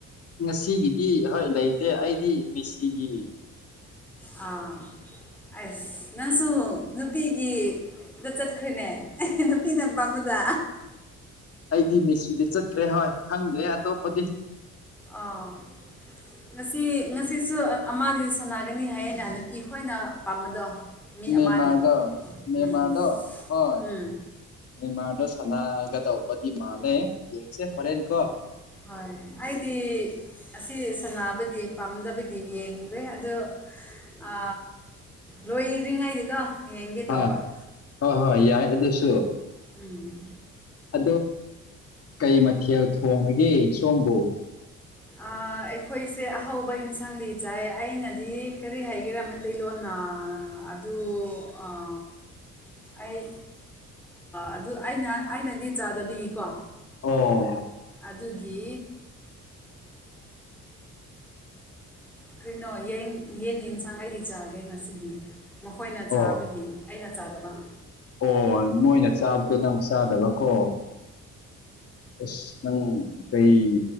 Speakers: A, on the left; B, in the centre.
A: ꯉꯁꯤꯒꯤꯗꯤ ꯍꯣꯏ ꯂꯩꯇꯦ ꯑꯩꯗꯤ ꯃꯤꯁꯤꯒꯤ
B: ꯑꯥ ꯑꯩꯁ ꯅꯪꯁꯨ ꯅꯨꯄꯤꯒꯤꯗ ꯆꯠꯈ꯭ꯔꯔꯤꯅꯦ ꯑꯩ ꯅꯨꯄꯤꯤꯅ ꯄꯥꯝꯕꯗ
A: ꯑꯩꯗꯤ ꯃꯦꯁꯤꯗꯤ ꯆꯠꯇ꯭ꯔꯦ ꯍꯣꯏ ꯈꯪꯗ꯭ꯔꯦ ꯑꯇꯣꯞꯄꯗꯤ
B: ꯑꯥ ꯉꯁꯤ ꯉꯁꯤꯁꯨ ꯑꯃꯗꯤ ꯁꯅꯥꯒꯅꯤ ꯍꯥꯏꯌꯦꯅ ꯅꯨꯄꯤ ꯈꯈꯣꯏꯅ ꯄꯥꯝꯕꯗꯣ ꯃꯤ ꯑꯃꯗꯤ
A: ꯅꯦꯃꯥꯗꯣ ꯅꯦꯃꯥꯗꯣ
B: ꯎꯝ
A: ꯍ
B: ꯎꯝ
A: ꯅ ꯃꯥꯗꯣ ꯁꯅꯒꯗꯧꯕꯧꯕꯗꯤ ꯃꯥꯜꯂꯦ ꯌꯦꯡꯁꯦ ꯐꯣꯔꯦꯟꯀꯣ
B: ꯍꯣꯏ ꯑꯩꯗꯤ ꯑꯁꯤ ꯁꯕꯨꯗꯤ ꯄꯥꯝꯗꯕꯒꯤ ꯌꯦꯡꯂꯨꯔꯦ ꯑꯣ ꯑ ꯂꯣꯏꯗ꯭ꯔꯤꯉꯩꯗꯤꯀꯣ ꯌꯦꯡꯒꯦ ꯇꯧꯕ
A: ꯑꯥ ꯍꯣꯏ ꯍꯣꯏ ꯌꯥꯏ ꯑꯗꯨꯁꯨ
B: ꯎꯝ
A: ꯑ ꯀꯩ ꯃꯊꯦꯜ ꯊꯣꯡꯉꯒꯦ ꯁꯣꯝꯕꯨ
B: ꯑꯩꯈꯣꯏꯁꯦ ꯑꯍꯥꯎꯧꯕ ꯏꯟꯁꯥꯡꯗꯤ ꯆꯥꯏ ꯑꯩꯅꯗꯤ ꯀꯔꯤ ꯍꯥꯏꯒꯦꯔꯥ ꯃꯩꯇꯩꯂꯣꯟꯅ ꯑꯗꯨꯗ ꯑꯩ ꯑꯗꯨ ꯑꯩꯅ ꯑꯩꯅꯗꯤ ꯆꯥꯗꯕꯤꯒꯤꯀꯣ
A: ꯑꯣ
B: ꯑꯗꯨꯒꯤ ꯀꯔꯤꯅꯣ ꯌꯦꯟ ꯌꯦꯟ ꯌꯦꯟꯁꯥꯡ ꯑꯩꯗꯤ ꯆꯥꯒꯦ ꯉꯁꯤꯗꯤ ꯃꯈꯣꯏꯅ ꯆꯥꯕꯗꯤ
A: ꯑꯣ
B: ꯑꯩꯅ ꯆꯥꯗꯕ
A: ꯑꯣ ꯃꯣꯏꯅ ꯆꯥꯕꯗꯣ ꯅꯪ ꯆꯥꯗꯕꯀꯣ ꯑꯁ ꯅꯪ ꯀꯩ